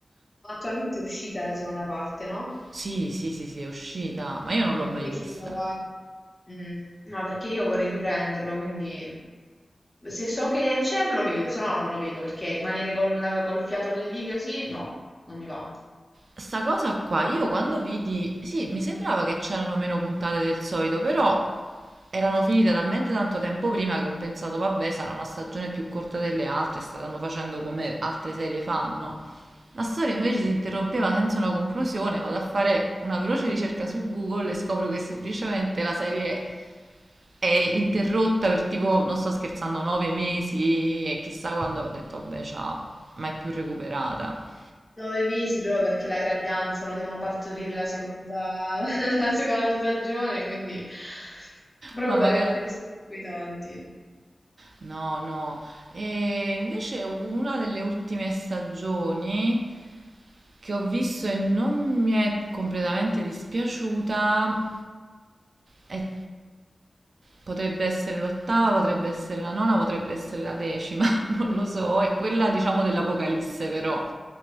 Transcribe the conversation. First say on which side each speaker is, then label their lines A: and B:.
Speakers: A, on the left (about 25°); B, on the right (about 70°).
A: Attualmente è uscita la seconda parte, no?
B: Sì, sì, sì, sì, è uscita, ma io non
A: Che
B: l'ho mai
A: quindi
B: vista.
A: se me lo guardo... Mm, No, perché io vorrei riprenderlo, quindi se so che c'è me lo vedo, se no non me lo vedo, perché rimanere con la- col fiato lì così, no, non mi va.
B: Sta cosa qua, io quando vidi, sì, mi sembrava che c'erano meno puntate del solito, però erano finite talmente tanto tempo prima che ho pensato, vabbè, sarà una stagione più corta delle altre, staranno facendo come altre serie fanno. La storia invece si interrompeva senza una conclusione, vado a fare una veloce ricerca su Google e scopro che semplicemente la serie è interrotta per tipo, non sto scherzando, nove mesi e chissà quando ho detto, vabbè, ciao, mai più recuperata.
A: Nove mesi proprio perché la gravidanza, non devono partorire la seconda, <laughs> la seconda stagione, quindi proprio
B: Ma magari...
A: per rendere così tranquillanti,
B: No, no. E invece una delle ultime stagioni che ho visto e non mi è completamente dispiaciuta è- potrebbe essere l'ottava, potrebbe essere la nona, potrebbe essere la decima, <laughs> non lo so, è quella diciamo dell'Apocalisse però,